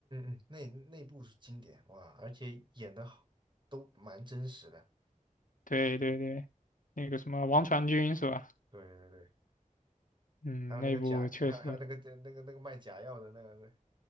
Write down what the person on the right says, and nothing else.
嗯嗯嗯，那那部是经典哇，而且演的好，都蛮真实的。
对对对，
还有那个假，
<laughs> 还还有那个那个那个卖假药的那个